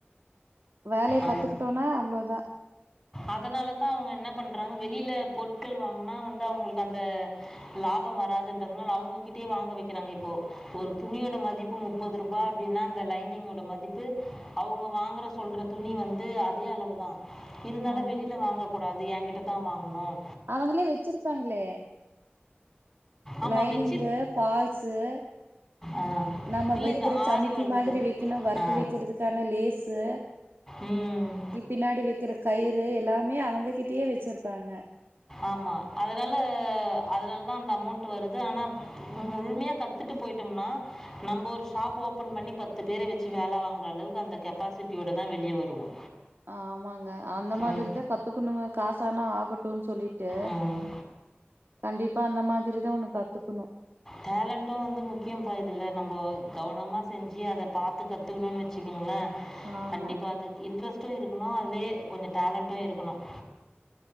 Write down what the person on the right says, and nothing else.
வேலய கத்துக்கிட்டோம்னா
அவ்ளோதா
ஆமா
அவங்களே வச்சிருப்பாங்களே
லைனிங்
ஃபால்ஸ் <inaudible>
நம்ம
வைக்கிற
சமக்கி
மாரி வைக்கணும் ஒர்க்கு
வைக்கிறதுக்கான லேசு
கி பின்னாடி வைக்கிற கயிறு எல்லாமே அவங்க கிட்ட ஒட்டிய வச்சிருப்பாங்க
ஆமாங்க அந்த மாதிரிதான்
கத்துக்கணுங்க காசானா ஆகட்டும்னு சொல்லி ய
கண்டிப் இப்ப அந்த மாரிதான் ஒன்னு கத்துக்கணும்
ஆமா